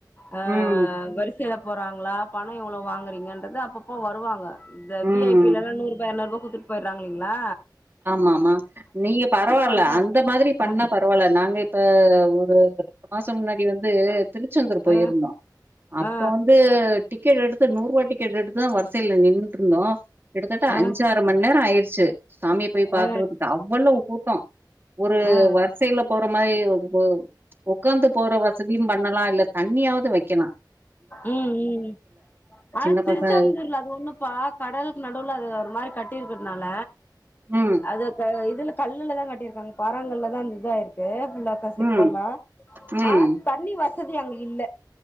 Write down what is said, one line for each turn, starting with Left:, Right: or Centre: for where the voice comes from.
Left: ஆ
Right: ம்,
Left: வரிசைல போறாங்ளா பணோ எவ்ளோ வாங்றீங்கன்றது அப்பப்போ வருவாங்க இந்த
Right: ம்.
Left: வி ஐ பி லல்லா நூறூபா எரநூறூபா குத்துட் போயட்றாங்கிள்ளீங்ளா
Right: ஆமாமாமா நீங்க பரவால்ல
Left: பண்றாங்க
Right: அந்த மாதிரி பண்ணா
Left: ஆ
Right: பரவால்ல நாங்க ப்ப ஒரு மாசோ முன்னாடி வந்து திருச்செந்தூர் போயிருந்தோ
Left: ஆ
Right: அப்ப
Left: ஆ
Right: வந்து டிக்கெட் எடுத்து நூறூவா டிக்கெட் எடுத்துதா வரிசையில நின்னுட்டுருந்தோ கிட்டத்தட்ட
Left: ஆ
Right: அஞ்சாறு மண்நேரோ ஆயிருச்சு சாமி பாக்குறதுக்கு
Left: ஆ
Right: அவ்வளவு கூட்டோ ஒரு
Left: ஆ ஆ
Right: வரிசை ல போற மாரி ஒ ஒக்காந்து போற வசதியு பண்ணலா இல்ல தண்ணியாவுது வைக்கலா
Left: ம் ம் ம் ஆ
Right: சின்ன
Left: திருச்செந்தூர்ல
Right: பசங்க
Left: அது ஒன்னுப்பா கடலுக் நடுவுல அது ஒரு மாரி கட்டிருக்றதுனால
Right: ம்
Left: அது க இதுல கல்லுலதா கட்டியிருக்காங்க பாறங்கள்ளா தா அந்த இதாயிருக்கு ஃபுல்லா க சிற்பல்லா
Right: ம், ம்.
Left: ஆ தண்ணி வசதி அங்க இல்ல